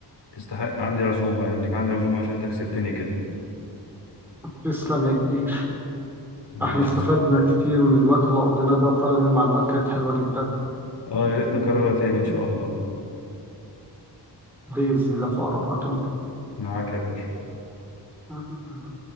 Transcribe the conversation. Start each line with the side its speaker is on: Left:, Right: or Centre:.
Left: تستحق عندي عزومة يعني ليك عندي عزومة عشان انت كسبتني كده
Centre: تسلم يا كبير
Left: ماشي
Centre: احنا استفدنا كتير من الوقت اللي قضيناه ده وفعلا المعلومات كانت حلوة جدا
Left: اه يا ريت نكررها تاني ان
Centre: مم.
Left: شاء الله
Centre: بإذن الله في أقرب وقت
Left: معاك يا باشا
Centre: ممكن